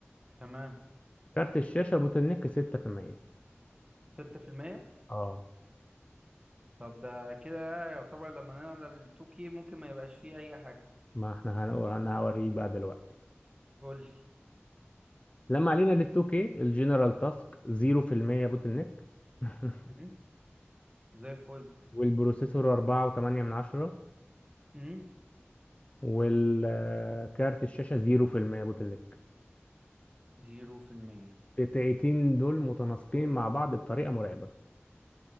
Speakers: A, on the right (about 20°); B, on the left (about 30°).
A: تمام
B: كارت الشاشة بوتل نيك 6%
A: 6%
B: اه
A: طب ده كده يعتبر لما نعلى ال 2K ممكن ما يبقاش فيه اي حاجه
B: ما احنا هنقول انا هوريك بقى دلوقتي
A: قول لي
B: لما علينا لل 2K الجنرال تاسك 0% بوتل نيك <laughs>
A: مم. زي الفل
B: والبروسيسور 4.8 من عشرة
A: امم
B: والكارت الشاشة 0% بوتل نيك
A: 0%
B: قطعتين دول متناسقين مع بعض بطريقه مرعبه